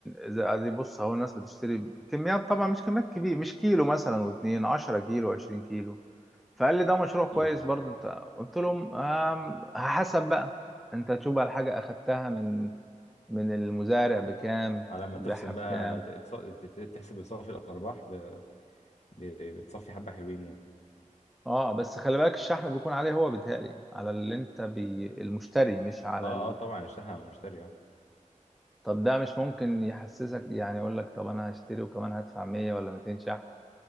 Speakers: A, in the centre; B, on the left.
A: اذا ادي بص اهو الناس بتشتري كميات طبعا مش كميات كبيره مش كيلو مثلا واتنين 10 كيلو 20 كيلو فقال لي ده مشروع
B: اكيد
A: كويس
B: اه
A: برضو انت قلت لهم آم، حسب بقى انت تشوف بقى الحاجة اخدتها من من المزارع بكام
B: على ما
A: هتبيعها
B: تخصم
A: بكام
B: بقى ت- تص- ت- ت- تحسب صافي الارباح ب- ب- بتصفي حبه حلوين يعني
A: اه بس خلي بالك الشحن بيكون عليه هو بيتهيألي على اللي انت بي المشتري مش على
B: اه اه طبعا الشحن على المشتري اه
A: طب ده مش ممكن يحسسك يعني يقول لك طب انا هشتري وكمان هدفع 100 ولا 200 شحن